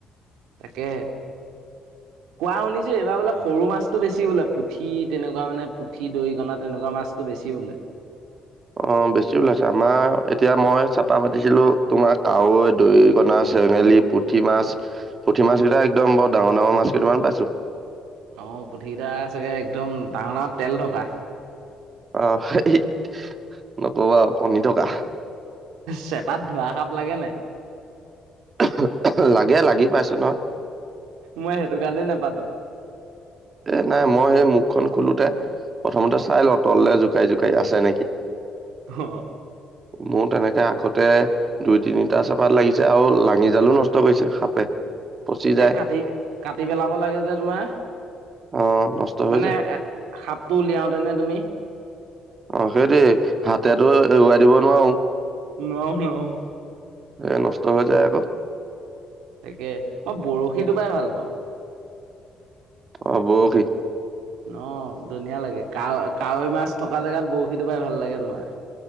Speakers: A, on the right; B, on the right.
A: তাকে। কোৱা শুনিছোঁ এইবাৰ বোলে সৰু মাছটো বেছি বোলে পুঠি তেনেকুৱা মানে পুঠি দৰিকনা তেনেকুৱা মাছটো বেছি। বেছি উলাই।
B: অহ, বেছি ওলাইছে আমাৰ এতিয়া মই চেপা পাতিছিলো তোমাৰ কাৱৈ, দৰিকণা চেঙেলী, পুঠি মাছ- পুঠি মাছ কেইটা একদম বৰ ডাঙৰ- ডাঙৰ মাছ কেইটামান পাইছোঁ।
A: অহ, পুঠি কেইটা চাগে একদম ডাঙৰ -ডাঙৰ তেল থকা।
B: অহ, <unintelligible> নকবা আও কনী থকা।
A: চেপাত ধোঁৰা সাপ লাগে নাই?
B: <unintelligible> লাগে লাগি পাইছে নহয়।
A: মই সেইটো কাৰণে নেপাতো।
B: এ' নাই মই সেই মুখখন খোলোতে প্ৰথমতে চাই লওঁ তললে জোকাৰি- জোকাৰি আছে নেকি।
A: অ
B: মোৰ তেনেকে আগতে দুই- তিনিটা চেপাত লাগিছে আৰু লাঙি জালো নষ্ট কৰিছে সাপে। পচি যায়
A: এ' কাটি -কাটি পেলাব লাগে যে তোমাৰ
B: অ নষ্ট
A: মানে
B: হৈ যায়
A: এ' সাপটো উলিয়াওঁতেনে তুমি?
B: অহ, সেইটোৱেই হাতেৰেটো এৰুৱাই দিব নোৱাৰোঁ।
A: নোৱাওঁ- নোৱাওঁ
B: এ নষ্ট হৈ যায় আক
A: তাকে মই বৰশী টোপাই ভাল পাওঁ
B: অ বৰশী
A: অ ধুনীয়া লাগে কাৱৈ কাৱৈ মাছ থকা জেগাত বৰশী টোপাই ভাল লাগে তোমাৰ